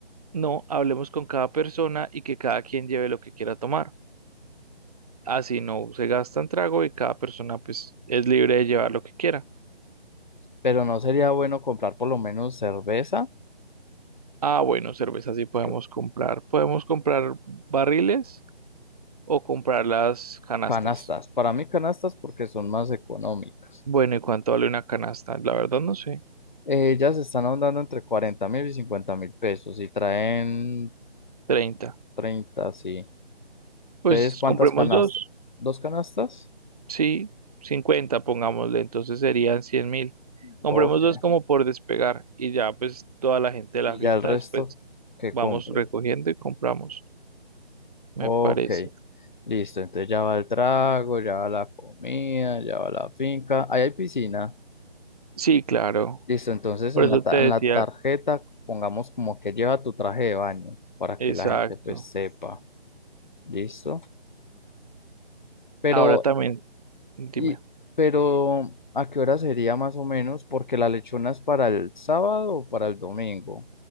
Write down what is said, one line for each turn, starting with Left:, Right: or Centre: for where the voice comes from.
Right: no hablemos con cada persona y que cada quien lleve lo que quiera tomar. Así no se gastan trago y cada persona pues es libre de llevar lo que quiera.
Left: pero no sería bueno comprar por lo menos cerveza,
Right: Ah, bueno, cerveza sí podemos
Left: c-
Right: comprar. Podemos comprar barriles o comprar las canastas.
Left: canastas. Para mí canastas porque son más económicas.
Right: Bueno, ¿y cuánto vale una canasta? La verdad no sé.
Left: Ellas están andando entre 40 mil y 50 mil pesos y traen
Right: treinta
Left: 30. sí.
Right: Pues
Left: Entonces, ¿cuántas
Right: compremos
Left: canastas?
Right: dos.
Left: ¿Dos canastas?
Right: Sí, 50, pongámosle, entonces serían 100 mil. Compremos
Left: Ok.
Right: dos como por despegar y ya pues toda la gente de la
Left: Y
Right: fiesta
Left: ya el resto
Right: después
Left: que
Right: vamos
Left: compren.
Right: recogiendo y compramos, me
Left: Ok,
Right: parece.
Left: listo. Entonces ya va el trago, ya va la comida, ya va la finca. Ahí hay piscina.
Right: Sí, claro,
Left: Listo, entonces
Right: por
Left: en
Right: eso
Left: la, ta-
Right: te decía,
Left: en la tarjeta pongamos como que lleva tu traje de baño para
Right: exacto.
Left: que la gente pues sepa. Listo. Pero,
Right: Ahora también, dime.
Left: y, pero, ¿a qué hora sería más o menos? Porque la lechona es para el sábado o para el domingo.